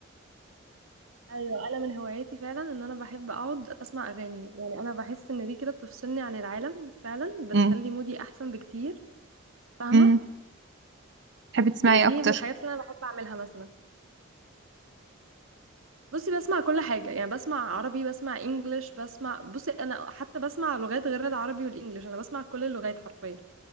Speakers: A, on the right (about 80°); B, on the right (about 55°).
A: ايوه انا من هواياتي فعلا ان انا بحب اقعد اسمع اغاني يعني انا بحس ان دي كده بتفصلني عن العالم فعلا بتخلي
B: امم
A: مودي احسن بكتير فاهمه
B: امم تحبي تسمعي
A: يعني دي
B: اكتر
A: من الحاجات اللي انا بحب اعملها مثلا بصي بسمع كل حاجة يعني بسمع عربي بسمع انجليش بسمع بصي انا حتى بسمع لغات غير العربي والانجليش انا بسمع كل اللغات حرفيا